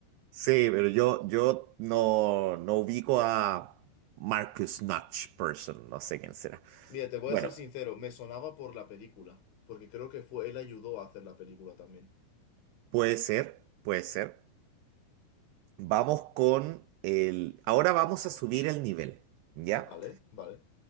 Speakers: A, on the right; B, on the left.
A: Sí, pero yo, yo no, no ubico a Marcus Notch Person, no sé quién será.
B: Mira, te voy
A: Bueno,
B: a ser sincero, me sonaba por la película, porque creo que fue, él ayudó a hacer la película también.
A: puede ser, puede ser. Vamos con el... Ahora vamos a subir el nivel, ¿ya?
B: Vale, vale.